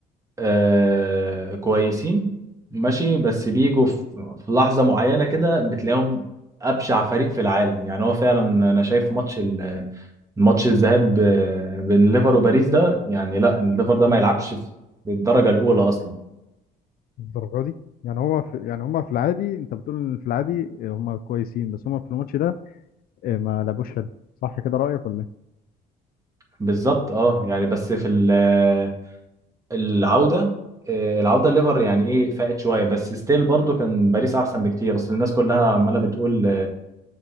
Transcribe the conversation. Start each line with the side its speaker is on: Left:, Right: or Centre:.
Right: آه كويسين ماشي بس بيجوا في في لحظة معينة كده بتلاقيهم أبشع فريق في العالم يعني هو فعلا أنا شايف ماتش ال- ماتش الذهاب آه، بين ليفر وباريس ده يعني لا الليفر ده ما يلعبش في الدرجة الأولى أصلا
Left: الدرجة دي يعني هو في يعني هم في العادي انت بتقول إن في العادي هم كويسين بس هم في الماتش ده إيه، ما لعبوش حلو صح كده رأيك ولا ايه؟
Right: بالظبط اه يعني بس في ال- آه، العودة آه، العودة الليفر يعني ايه فاقت شوية بس ستيل برضو كان باريس أحسن بكتير أصل الناس كلها عمالة بتقول